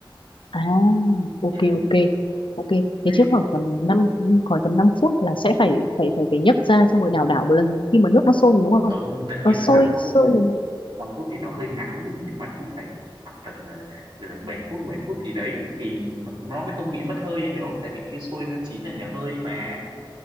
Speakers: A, on the left; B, on the right.
A: À, ok
B: ừ,
A: ok ok.
B: đấy
A: Thế chứ khoảng tầm năm khoảng tầm 5 phút là sẽ phải phải phải phải nhấc ra xong rồi đảo đảo một lần khi mà nước nó sôi rồi đúng
B: không
A: không?
B: tất nhiên
A: Nó sôi
B: là 5 phút
A: sôi rồi.
B: 5 phút thì nó hơi ngắn nhưng mà cũng phải khoảng tầm uh, 7 phút 10 phút thì đấy thì nó, nó mới không bị mất hơi em hiểu không tại vì cái sôi nó chín là nhờ hơi mà